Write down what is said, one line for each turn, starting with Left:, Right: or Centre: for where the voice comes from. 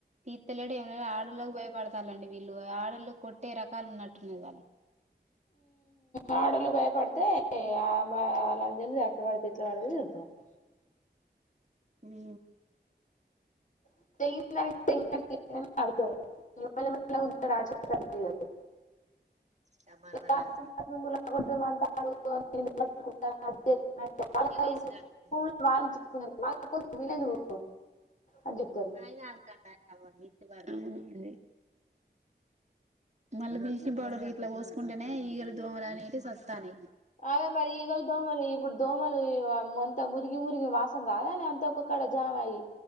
Right: తీర్థలేడు ఏమ లే ఆడళకి భయపడతాలండి వీళ్ళు ఆడలు కొట్టే రకాలు ఉన్నట్టున్న వాళ్ళు
Left: ఆ ఆడలు భయపడితే అలాం అట్లా పడితేట్లా పడితే తింటంది <inaudible>
Right: మీ
Left: <inaudible>
Right: సమాన మరాలకి
Left: బాత్రూమ్ గుల్లగొట్టమంటాడు నేను పట్టుకుంటా అది చేస్తానంటే వాళ్ళ
Right: ఏస ప
Left: భూములు వాళ్ళు ఇచ్చుకున్నారు వాళ్ళ కోసం వీళ్ళెందుకు అని చెప్తారు
Right: అయన ఆల్కంట అవుం మళ్ళ బిల్ంగ్ పౌడ ఇట్లా పోసుకుంటేనే ఈగల దోమలు అనేవి సస్తానే
Left: అదే మరి ఈగ దోమలు ఇప్పుడు దోమలు అంత మురిగి మురిగి వాసం కాదాని అంత ఒక్కక్కడ జామ్ అయ్యి